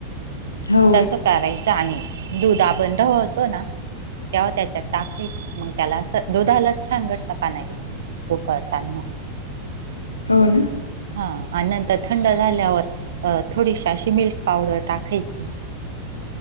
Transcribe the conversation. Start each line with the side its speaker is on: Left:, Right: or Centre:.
Left: हो,
Right: तसं करायच आणि दुधा आपण ढवळतो ना? तेव्हा त्याच्या टाकायचं मग त्याला दुधालाच छान घट्टपणा येत उकळतानाच
Left: हो ना
Right: हा आणि नंतर थंड झाल्यावरत अ थोडीशी अशी मिल्क पावडर टाकायची